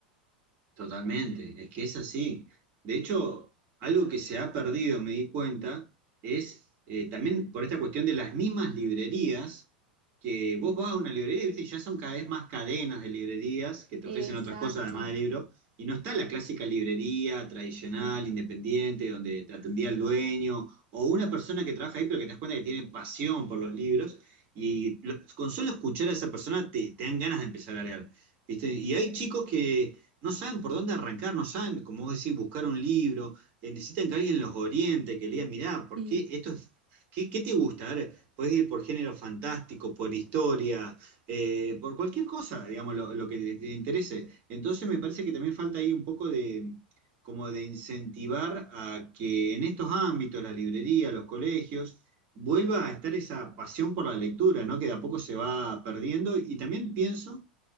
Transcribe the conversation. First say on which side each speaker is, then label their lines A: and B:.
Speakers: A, on the right; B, on the right.
A: Totalmente, es que es así. De hecho, algo que se ha perdido, me di cuenta, es eh, también por esta cuestión de las mismas librerías, que vos vas a una librería, ¿viste? y ya son cada vez más cadenas de librerías que te
B: Exacto.
A: ofrecen otras cosas además de libros, y no está la clásica librería tradicional,
B: Sí,
A: independiente, donde te atendía el dueño, o una persona que trabaja ahí, pero que te das cuenta que tiene pasión por los libros, y lo- con solo escuchar a esa persona te, te dan ganas de empezar a leer. ¿Viste? Y hay chicos que no saben por dónde arrancar, no saben, como vos decís, buscar un libro, eh, necesitan que alguien los oriente, que le diga mirá, ¿por
B: sí,
A: qué esto es... ¿Qué, qué te gusta? A ver, podés ir por género fantástico, por historia, eh, por cualquier cosa, digamos, lo, lo que te interese. Entonces me parece que también falta ahí un poco de, como de incentivar a que en estos ámbitos, la librería, los colegios, vuelva a estar esa pasión por la lectura, ¿no? Que de a poco se va perdiendo. Y también pienso